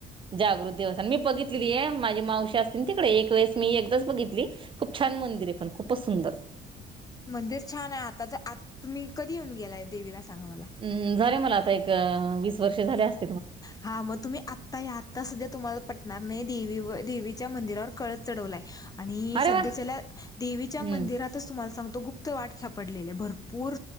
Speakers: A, on the right; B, on the left.
A: जागृत दिवस आणि मी बघितलेली आहे माझी मावशी अस तिकडे एक वेळेस मी एकदाच बघितली खूप छान मंदिर आहे पण खूपच सुंदर
B: मंदिर छान आहे आता तर आ तुम्ही कधी येऊन गेलाय देवीला सांगा मला
A: हम्म झाले मला आता एक वीस वर्ष झाले अस
B: हा मग तुम्ही आत्ता या आता सध्या तुम्हाला पट णार नाही देवीवर देवीच्या मंदिरावर कळस चढवलाय आणि
A: अरे
B: सध्याच्याला
A: वा
B: देवीच्या
A: हम्म
B: मंदिरातच तुम्हाला सांगतो गुप्त वाट सापडलेले भरपूर